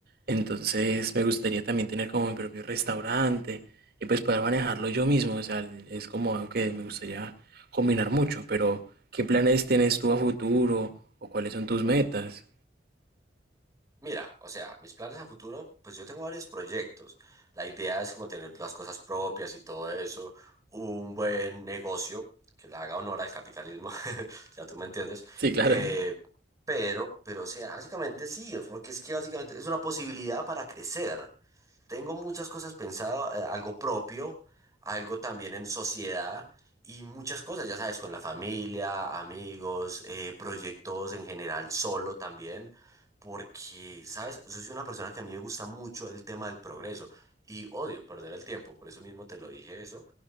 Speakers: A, on the right (about 60°); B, on the right (about 20°).
A: Entonces me gustaría también tener como mi propio restaurante y pues poder manejarlo yo mismo. O sea, es como algo que me gustaría combinar mucho. Pero, ¿qué planes tienes tú a futuro o cuáles son tus metas?
B: Mira, o sea, mis planes a futuro, pues yo tengo varios proyectos. La idea es como tener las cosas propias y todo eso, un buen negocio que le haga honor al capitalismo, <laughs> o sea, tú me entiendes.
A: Sí, claro.
B: Eh, pero, pero, o sea, básicamente sí, porque es que básicamente es una posibilidad para crecer. Tengo muchas cosas pensado, eh, algo propio, algo también en sociedad y muchas cosas, ya sabes, con la familia, amigos, eh, proyectos en general, solo también, porque, sabes, yo soy una persona que a mí me gusta mucho el tema del progreso y odio perder el tiempo, por eso mismo te lo dije eso,